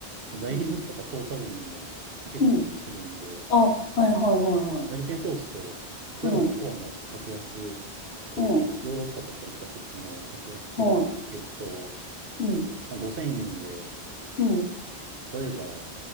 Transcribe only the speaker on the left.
うん、うん。あ、はいはいはいはい。
うん、うん、
はい、うん、
うん、